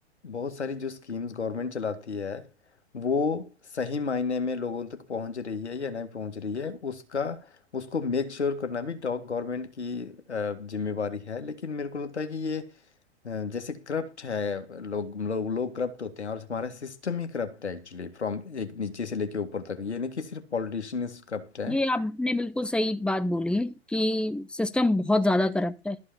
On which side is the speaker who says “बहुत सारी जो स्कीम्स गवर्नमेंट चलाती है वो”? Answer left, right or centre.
Left